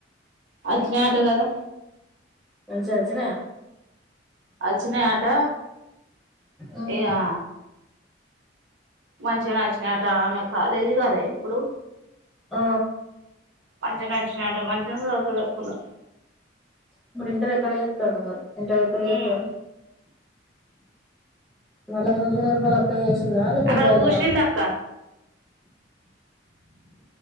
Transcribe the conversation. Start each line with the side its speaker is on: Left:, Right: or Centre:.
Right: అచ్చినట కదా
Centre: మంచిచ్చనా
Right: అచ్చనే ఆట
Centre: ఉమ్
Right: ఏగా మంచిగా నచ్చినాట ఆమె కాలేజి కదా ఎప్పుడు
Centre: ఆ
Right: మంచిగానే వెచ్చిని అటా మంచిగానే చదువుతాంది. స్కూలో
Centre: ఇప్పుడు ఇంటర్ ఎక్కడ చేస్తాందో మరి ఇంటర్ అకడ
Right: ఉమ్
Centre: చేస్తా మళ్ళా సోషల్ వెల్ఫేర్ లో అప్లాయి చేస్తా చిన్నాల ప్రభాయరా
Right: అక్కడ కూసింది అక్క